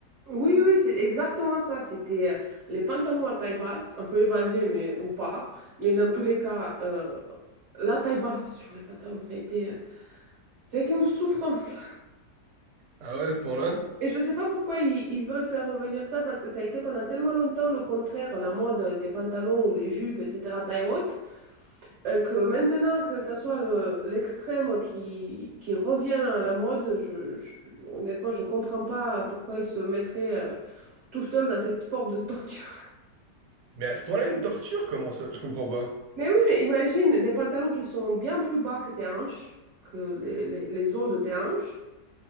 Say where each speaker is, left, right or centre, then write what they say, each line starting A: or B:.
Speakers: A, on the right; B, on the right.
A: Oui, oui, c'est exactement ça. C'était euh, les pantalons à taille basse, un peu évasés, mais ou pas. Mais dans tous les cas, euh, la taille basse sur les pantalons, ça a été, euh, ça a été une souffrance.
B: Ah ouais, à ce point-là?
A: Et je sais pas pourquoi ils, ils veulent faire revenir ça, parce que ça a été pendant tellement longtemps le contraire, la mode des pantalons, les jupes, etc., taille haute, euh, que maintenant que ça soit le- l'extrême qui, qui revient à la mode, je, je- honnêtement, je comprends pas pourquoi ils se mettraient euh, tout seuls dans cette forme de torture.
B: Mais à ce point-là, une torture, comment ça? Je comprends pas.
A: <laughs> Mais oui, mais imagine des pantalons qui sont bien plus bas que tes hanches, que les, les, les os de tes hanches.